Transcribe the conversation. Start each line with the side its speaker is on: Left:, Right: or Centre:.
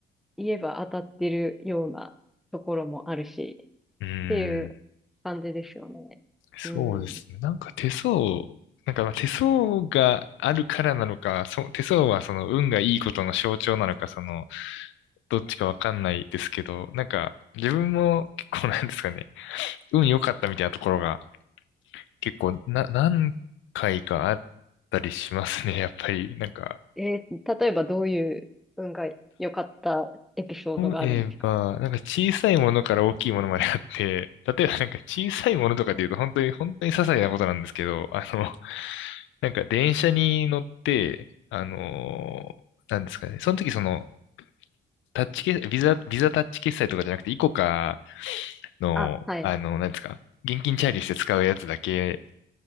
Centre: 言えば当たってるようなところもあるし、
Left: <laughs> うーん。
Centre: っていう感じですよね。
Left: そうですね。
Centre: うん。
Left: なんか手相、なんかまあ手相があるからなのか、そ、手相はその運がいいことの象徴なのか、その、どっちかわかんないですけど、なんか自分も結構なんですかね、運良かったみたいなところが結構な、何回かあったりしますね、やっぱり。なんか、
Centre: えー例えばどういう運が良かったエピソードがあるんですか
Left: 例えば、なんか小さいものから大きいものまであって、例えばなんか小さいものとかで言うと本当に本当に些細なことなんですけど、あの、なんか電車に乗って、あの、なんですかね、その時その、タッチ決、ビザ、ビザタッチ決済とかじゃなくて、イコカの、
Centre: あ、はい。
Left: あの、なんですか、現金チャージして使うやつだけ